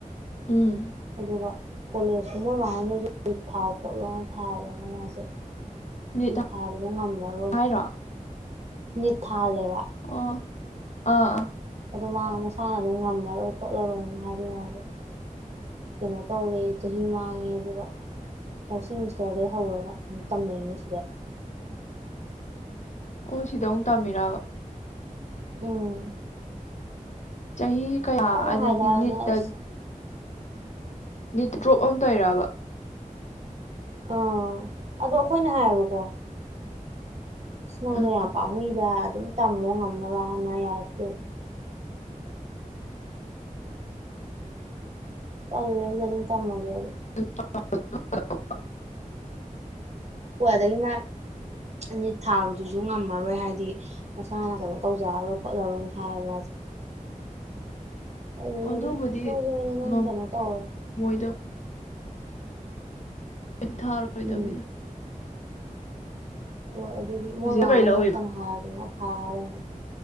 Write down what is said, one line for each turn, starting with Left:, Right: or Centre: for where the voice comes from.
Left: ꯎꯝ
Right: ꯑꯗꯨꯒ ꯀꯣꯂꯦꯖꯀꯨꯝꯕ ꯃꯥꯅ ꯊꯥꯎ ꯈꯣꯠꯂ ꯊꯥꯍꯜꯂꯒ ꯃꯥꯁꯦ
Left: ꯅꯤꯠ
Right: ꯃꯤ ꯊꯥꯕꯗꯣ ꯉꯝꯕꯔꯣꯏ
Left: ꯍꯥꯏꯔꯣ
Right: ꯃꯤ ꯊꯥꯜꯂꯦꯕ
Left: ꯑꯣ ꯑꯥ ꯑ
Right: ꯑꯗꯣ ꯃꯥ ꯃꯁꯥꯅ ꯑꯗꯨꯝ ꯉꯝꯃꯔꯣꯏ ꯈꯣꯠꯂꯔꯣꯏꯅ ꯍꯥꯏꯕꯒꯤ ꯃꯥꯁ ꯀꯩꯅꯣ ꯇꯧꯔꯦ ꯆꯍꯤ ꯃꯥꯡꯉꯦ ꯑꯗꯨꯒ ꯐꯥꯔꯁ ꯁꯦꯃꯤꯁꯇꯔꯗꯩ ꯍꯧꯔꯒ ꯇꯝꯅꯩꯅꯦ ꯁꯤꯗ
Left: ꯑꯣ ꯁꯤꯗ ꯑꯃꯨꯛ ꯇꯥꯃꯤꯔꯛꯕ
Right: ꯎꯝ
Left: ꯆꯍꯤ ꯀꯌꯥ
Right: ꯑꯩꯈꯣꯏꯅ
Left: ꯑꯗꯩꯗꯤ
Right: ꯍꯥꯏꯗ ꯍꯥꯏꯕꯅꯦ
Left: ꯅꯤꯠꯇ
Right: ꯑꯁ
Left: ꯅꯤꯠ ꯗ꯭ꯔꯣꯞ ꯑꯝꯗ ꯑꯣꯏꯔꯕ
Right: ꯑꯣ ꯑꯗꯣ ꯑꯩꯈꯣꯏꯅ ꯍꯥꯏꯌꯦꯕꯀꯣ ꯑ ꯅꯪꯗꯣ
Left: ꯎꯝ
Right: ꯌꯥꯝ ꯄꯥꯝꯃꯨꯏꯗ ꯑꯗꯨꯝ ꯇꯝꯃꯣ ꯉꯝꯅꯕ ꯍꯥꯏꯃ ꯌꯥꯔꯛꯇꯦ ꯂ ꯑꯗꯨꯝ ꯇꯝꯃꯒꯦꯦ
Left: <inaudible>
Right: ꯍ ꯑꯗꯨꯗꯒꯤ ꯃꯥ ꯑꯅꯤ ꯊꯥꯕꯗꯨꯁꯨ ꯉꯝꯃꯔꯣꯏ ꯍꯥꯏꯗꯤ ꯃꯁꯥꯅ ꯀꯩꯅꯣ ꯇꯧꯖꯔꯔꯣꯏ ꯈꯣꯠꯂꯔꯣꯏꯅ ꯍꯥꯏꯕ ꯃꯥꯁꯦ ꯑꯗꯨꯗꯒꯤ
Left: ꯑꯗꯨꯕꯨꯗꯤ
Right: ꯑꯗꯨꯝ ꯑꯁ ꯁꯣꯏꯁꯦ ꯍꯣꯏꯁꯦ ꯅꯪ
Left: ꯉꯝꯃꯣꯏꯗ
Right: ꯀꯩꯅꯣ ꯇꯧꯔꯦ
Left: <inaudible> ꯊꯥꯔꯣꯏꯗꯕꯅꯤꯅ
Right: ꯎꯝ ꯍꯣꯏ ꯑꯗꯨꯗꯤ ꯃꯣꯏꯃꯥ
Left: ꯍꯧꯖꯤꯛ ꯀꯩ
Right: ꯍꯣꯏꯅ
Left: ꯂꯧꯔꯤꯕ
Right: ꯐꯅ ꯍꯥꯏꯔꯗꯨꯅ ꯊꯥꯔꯦ